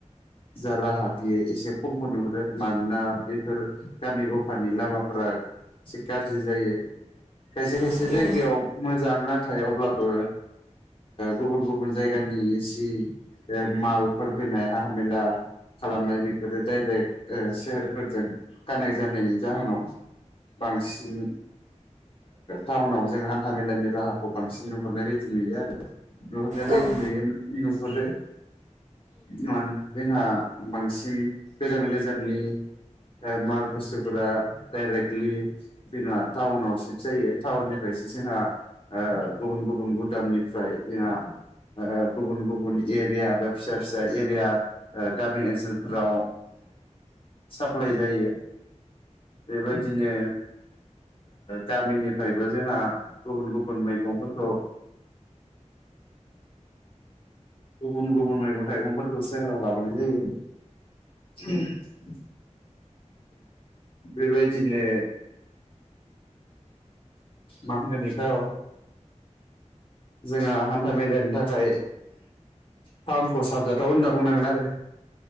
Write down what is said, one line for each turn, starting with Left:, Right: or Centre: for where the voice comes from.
Left: जा राहा बियो एसे खमखौ नुहुरो मानोना बैफोर गामि गफानि लामाफोर सिखार एसे गाज्रि जायो। खायसे खायसे
Right: उम
Left: जायगायाव मोजां नाथाय अब्लाबो गुबुन गुबुन जायगानि ए सि मालफोर फैनाय हाथामेला खालामनाय बेफोरो डाइरेक्ट सेहेरफोरजों कानेक्ट जानायनि जाहोनाव बांसिन टाउनाव जों हान्था मेलानि राहाखौ बांसिन नुहरनाय बायदि नुयो आरो नुहुरनाय
Right: औ
Left: बायदि
Right: उम
Left: नुयो नुहुरो मानोना जोंहा बांसिन गोजान गोजाननि माल बुस्तुफोरा डायरेक्टलि जोंहा टाउनाव सिफ्ट जायो टाउननिफ्राय से जोंहा गुबुन गुबुन गुदामनिफ्राय जोंहा गुबुन गुबुन एरिया बा फिसा फिसा एरिया गामि ओनसोलफोराव साप्लाय जायो बेबायदिनो गामिनिफ्रायबो जोंहा गुबुन गुबुन मैगंफोरखौ गुबुन गुबुन मैगं थाइगंफोरखौ सोहोराव लाबोनाय जायो उम। बेबायदिनो मा होनगोन बिखौ जोंहा हान्था मेेलनि थाखाय फार्नखौ साबजाथाव होनना बुंनांगोन आरो।